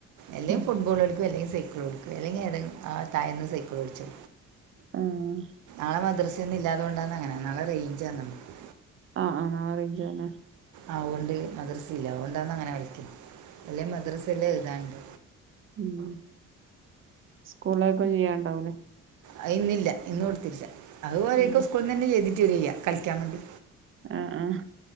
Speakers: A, on the right (about 75°); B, on the right (about 45°).
A: എല്ലേങ്ക
B: ഉം
A: ഫുട്ബോൾ കളിക്കും എല്ലങ്ക സൈക്കിൾ ഓടിക്കും ഇല്ലെങ്കി ആ തായെന്നു സൈക്കിൾഓടിച്ചോ
B: ആഹ
A: നാളെ മദ്രസന്ന ഇല്ലാത കൊണ്ടാന്ന അങ്ങനെ നല്ല റേഞ്ച്ണ് നമ്മക്ക്
B: ആഹ് ആാ അറേഞ്ച് തന്നെ
A: അഓണ്ട് മദ്രസയില്ല അഓണ്ടാന്ന് ന് അങ്ങനെ കളിക്കുന്നെ അല്ല മദ്രസല്ലേ എഴുതാണ്ട്
B: ഉ സ്കൂളേക്കും ചെയ്യാണ്ടാവലേ
A: അഇന്നില്ല ഇന്ന് കൊടുത്തില്ല അതുപോലരെയൊക്കെ
B: ഉം
A: സ്കൂിൽന്ന് തന്നെ ചെയ്തിട്ട് വരിക കളിക്കാൻ വേണ്ടി
B: ആഹ ആഹ